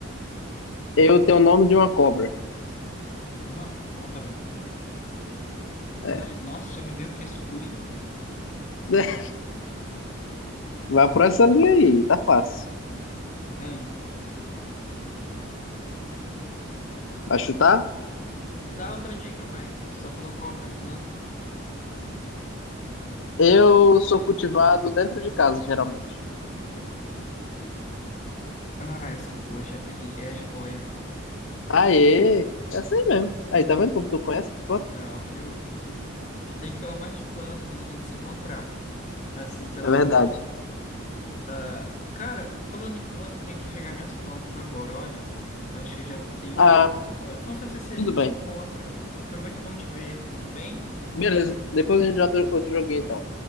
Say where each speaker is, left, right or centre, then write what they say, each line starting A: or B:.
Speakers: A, on the left (about 70°); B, on the left (about 35°).
A: Eu tenho o nome de uma cobra.
B: Uma cobra?
A: É,
B: Ah, Nossa, só me veio o quê? Sucuri?
A: <laughs> Vai por essa linha aí, tá fácil.
B: Ah,
A: Vai chutar?
B: dá outra dica, vai. Tu só falou cobra e planta.
A: Eu sou cultivado dentro de casa, geralmente.
B: Ah, essa é boa, já peguei. É a jiboia.
A: Aê, é assim mesmo. Aí, tá vendo como tu conhece? Pô,
B: Ah, viu? A gente tem que falar mais de planta quando a gente se encontrar. Assim, pela
A: É verdade.
B: vida. Ah, cara, falando em planta, eu tenho que regar minhas plantas agora, olha. Eu acho que já eu tenho
A: Ah,
B: que. Olha, Vamos fazer se a
A: tudo
B: gente
A: bem.
B: se encontra. Foi muito bom te ver, tá bem?
A: Beleza, depois a gente joga outro outro joguinho então.